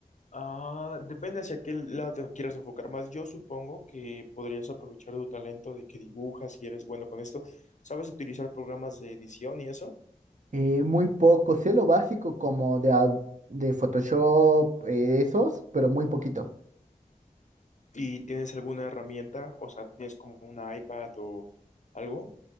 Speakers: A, on the left; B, on the right.
A: Ah, depende hacia qué lado te quieras enfocar más. Yo supongo que podrías aprovechar tu talento de que dibujas y eres bueno con esto. ¿Sabes utilizar programas de edición y eso?
B: Eh, muy poco, sé lo básico como de, a- de Photoshop, eh, esos, pero muy poquito.
A: ¿Y tienes alguna herramienta? O sea, ¿tienes como una iPad o algo?